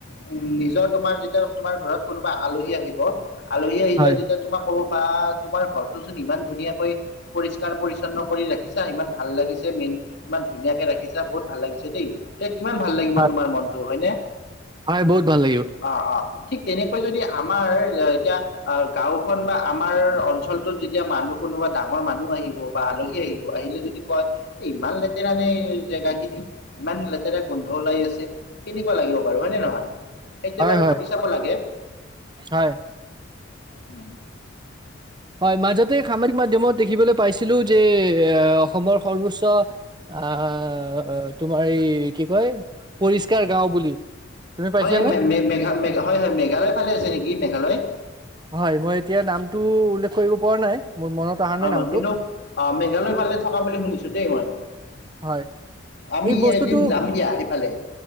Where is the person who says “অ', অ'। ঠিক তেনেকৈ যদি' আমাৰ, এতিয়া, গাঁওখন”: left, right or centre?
Left